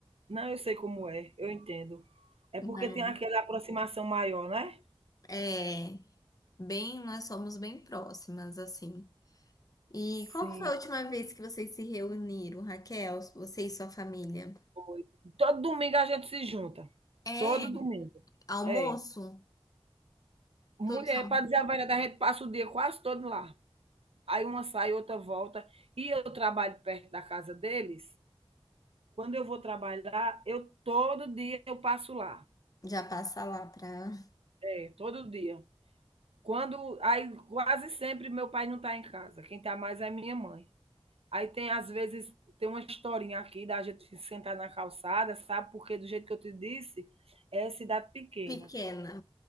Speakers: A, on the right; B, on the left.
A: Não, eu sei como é, eu entendo. É
B: Mas
A: porque tem aquela aproximação maior, né?
B: é bem, nós somos bem próximas, assim. E
A: Sim,
B: qual que foi a última vez que vocês se reuniram, Raquel? Você e sua família?
A: foi. Todo domingo a gente se junta.
B: É,
A: Todo domingo.
B: almoço?
A: É. Mulher,
B: Todos al-
A: para dizer a verdade, a gente passa o dia quase todo lá. Aí uma sai, outra volta. E eu trabalho perto da casa deles. Quando eu vou trabalhar, eu todo dia eu passo lá.
B: já passa lá pra
A: É, todo dia. Quando, aí quase sempre meu pai não está em casa. Quem está mais é minha mãe. Aí tem, às vezes, tem uma historinha aqui da gente sentar na calçada, sabe? Porque do jeito que eu te disse, é cidade pequena.
B: pequena